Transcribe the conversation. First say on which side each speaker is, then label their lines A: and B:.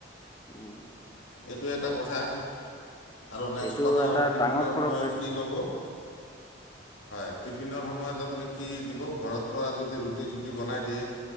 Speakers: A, on the left (about 20°); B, on the left (about 85°).
A: উম'
B: এইটো এটা কথা। আৰু নেক্সট
A: এইটো
B: কথা
A: এটা
B: হ'ল টিফিনৰ
A: ডাঙৰ পৰ
B: সময়ত
A: অ
B: কি ল'ব? হয়, টিফিনৰ সময়ত আপুনি কি দিব ঘৰ পৰা যদি ৰুটি চুটি বনাই দিয়ে,